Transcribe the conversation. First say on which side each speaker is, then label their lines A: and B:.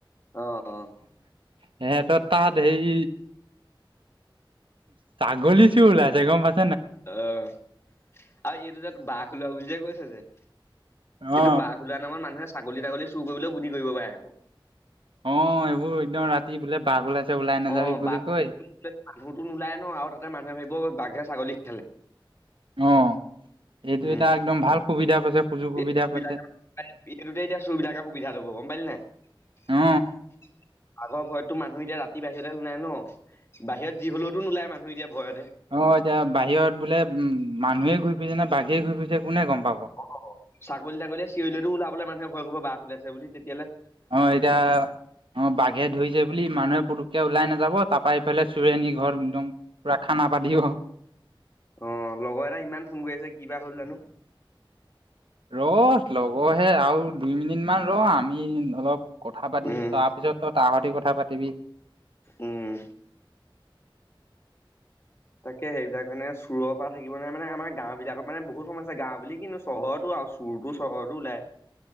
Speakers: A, on the left; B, on the right.
A: অ অ।
B: সে ত ধেই ছাগলী চো ওলাইছে গম পাই
A: অ আৰু এইটো তোতে বাঘ ওলাব বুলি যে কৈছে যে এইটো
B: অ
A: বাঘ ওলোৱা নামত মানুহে ছাগলী তাগলী চুৰ কৰিবলৈও বুদ্ধি কৰিব পাৰে ক।
B: অ এইবোৰ একদম ৰাতি বোলে বাঘ ওলাই নাযাবি
A: অ
B: বুলি
A: বাঘ
B: কৈ
A: <unintelligible> মানুহতো নোলাই ন আৰু তাতে মানুহে ভাবিব বাঘে ছাগলী খালে।
B: অ এইটো
A: উম
B: এটা একদম ভাল সুবিধা পাইছে
A: <unintelligible>
B: সুযোগ সুবিধা পাইছে
A: এইটোতে এতিয়া চুৰ বিলাকে সুবিধা ল'ব গম পালি নাই।
B: অ
A: <inaudible> বাঘৰ ভয়তো মানুহ এতিয়া ৰাতি বাহিৰলে নোলাই ন বাহিৰত যি হ'লেওতো নোলায় মানুহ এতিয়া ভয়ত।
B: অ এতিয়া বাহিৰত বোলে উ মানুহে ঘূৰি ফুৰিছে নে বাঘেৰে ঘূৰি ফুৰিছে। কোনে গম পাব
A: অ ছাগলী তাগলী চিয়ৰিলীলেটো ওলাবলে মানুহে ভয় কৰিব বাঘ ওলাইছে বুলি তেত
B: অ এতিয়া অ বাঘে ধৰিছে বুলি মানুহে পুটুককে ওলাই নাযাব তাৰপা এইফালে চুৰে নি ঘৰত একদম পুৰা খানা পাতি অ
A: অঁ লগৰ এটাই ইমান ফোন কৰি আছে কিবা হ'ল জানো?
B: ৰ লগৰহে আৰু দুই মিনিট মান ৰ আ আমি অলপ কথা পাতিছো,
A: উম,
B: তাৰপিছত ত তাহতি কথা পাতিবি
A: উম। তাকে সেইবিলাক মানে চোৰৰ পৰা থাকিব নোৱাই মানে আমাৰ গাঁও বিলাকৰ মানে বহুত সমস্যা গাওঁ বুলি কিনো চহৰতো আও অ চুৰতো চহৰতো ওলাই